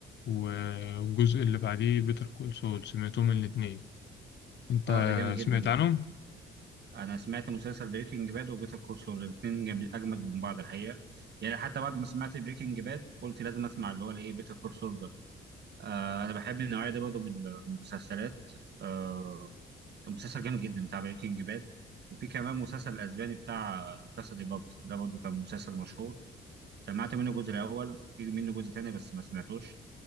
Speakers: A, on the left; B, on the right.
A: والجزء اللي بعديه بيتر كول سول سمعتهم الاتنين انت
B: اه ده جامد
A: سمعت
B: جدا
A: عنهم؟
B: ده انا سمعت مسلسل بريكنج باد وبيتر كول سول الاثنين جامد اجمد من بعض الحقيقه يعني حتى بعد ما سمعت بريكنج باد قلت لازم اسمع اللي هو الايه بيتر كول سول ده آه انا بحب النوعيه دي برضه من من المسلسلات آه، كان مسلسل جامد جدا بتاع بريكنج باد وفي كمان مسلسل الاسباني بتاع لا كاسا دي بابل ده برضه كان مسلسل مشهور سمعت منه الجزء الاول في منه جزء تاني بس ما سمعتوش